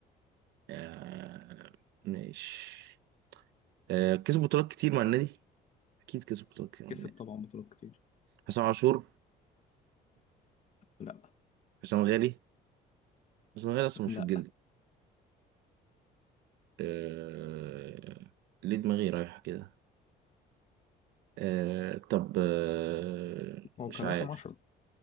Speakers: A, on the right; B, on the left.
A: آه ماشي آه كسب بطولات كتير مع النادي أكيد كسب بطولات كتير مع
B: كسب
A: النادي
B: طبعا بطولات كتير
A: حسام عاشور
B: لا
A: حسام غالي حسام غالي أصلا مش
B: لا
A: في الجلد آه... ليه دماغي رايحة كده آه... طب آه...
B: هو
A: مش
B: كان
A: عارف
B: رقم 10